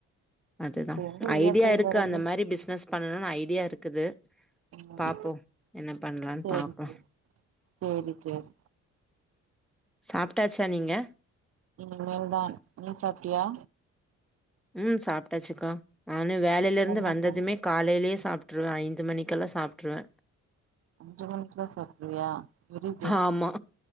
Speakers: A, in the centre; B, on the right.
A: அதுதா
B: இப்ப எங்க இயற்கை
A: ஐடியா இருக்கு
B: வருது
A: அந்த மாரி பிஸ்னஸ் பண்ணனுன் ஐடியா இருக்குது
B: ம்
A: பாப்போ என்ன பண்ணலான்
B: சேரி
A: பாப்போ
B: சேரி சேரி சேரி
A: சாப்ட்டாச்சா நீங்க
B: இனிமேல்தான் நீ சாப்ட்டியா
A: ம் சாப்ட்டாச்சுக்கா நானு வேலைலருந்து
B: என்ன
A: வந்ததுமே
B: சாப்ட
A: காலைலே சாப்ட்ருவே ஐந்து மணிக்கெல்லா சாப்ட்ருவே
B: அஞ்சு மணிக்குலா சாப்ட்ருவியா வெரி குட்
A: ஆமா